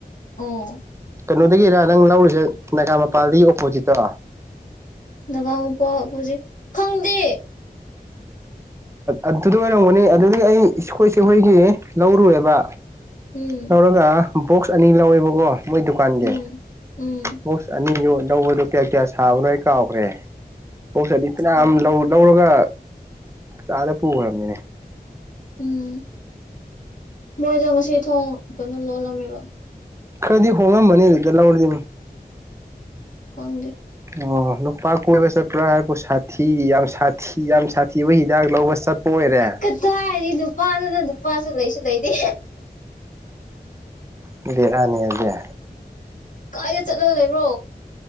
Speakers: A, on the left; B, on the right.
A: ꯑꯣ
B: ꯀꯩꯅꯣꯗꯒꯤꯔ ꯅꯪ ꯂꯧꯔꯤꯁꯦ ꯅꯥꯒꯥ ꯃꯄꯥꯜꯗꯒꯤ ꯑꯣꯄꯣꯖꯤꯠꯇꯣ
A: ꯅꯒꯥ ꯃꯄꯥꯜ ꯑꫭꯄꯨꯁꯤ ꯈꯪꯗꯦ
B: ꯑꯗꯨꯗ ꯑꯣꯏꯔꯝꯒꯅꯤ ꯑꯗꯨꯗꯤ ꯑꯩ ꯏꯁꯈꯣꯏꯁꯦ ꯑꯩꯏꯒꯤ ꯂꯧꯔꯨꯑꯦꯕ
A: ꯎꯝ
B: ꯂꯧꯔꯒ ꯕꯣꯛꯁ ꯑꯅꯤ ꯂꯧꯋꯦꯕꯀꯣ ꯃꯣꯏ ꯗꯨꯀꯥꯟꯒꯤ
A: ꯎꯝ ꯎꯝ
B: ꯕꯣꯛꯁ ꯑꯅꯤꯗꯨ ꯂꯧꯕꯗꯣ ꯀꯌꯥ ꯀꯌꯥ ꯁꯥꯕꯅꯣ ꯑꯩ ꯀꯥꯎꯈ꯭ꯔꯦ ꯄꯣꯛ ꯆꯗꯤ ꯐꯤꯅꯌꯥꯝ
A: ꯑꯣ
B: ꯂꯧ ꯂꯧꯔꯒ ꯆꯥꯗ ꯄꯨꯈ꯭ꯔꯕꯅꯤꯅꯦ
A: ꯎꯝ ꯃꯣꯏꯗꯣ ꯉꯁꯤ ꯊꯣꯡ ꯀꯩꯅꯣ ꯂꯣꯜꯂꯝꯃꯦꯕ
B: ꯈꯔꯗꯤ ꯍꯉ ꯃꯅꯤ ꯑꯗꯨꯗꯔ ꯂ ꯂꯧꯗ
A: ꯈꯪꯡꯗꯦ
B: ꯑꯣ ꯅ ꯅꯨꯄꯥ ꯀꯣꯏꯕꯁ ꯄꯨꯔ ꯍꯥꯏ ꯁꯥꯊꯤ ꯌꯥꯝ ꯁꯥꯊꯤ ꯌꯥꯝ ꯁꯥ ꯊꯤꯕ ꯍꯤꯗꯥꯛ ꯂꯧꯕ ꯆꯠꯄ ꯑꯣꯏꯔꯦ ꯑꯣ
A: ꯀꯗꯥꯏꯗꯤ ꯅꯨꯄꯥꯗꯨꯅ ꯅꯨꯄꯥꯁꯨ ꯂꯩꯁꯨ ꯂꯩꯇꯦ
B: ꯕꯔꯥꯅꯤꯗꯨꯗꯤ
A: ꯀꯥꯏꯗ ꯆꯠꯂꯒ ꯂꯩꯕ꯭ꯔꯣ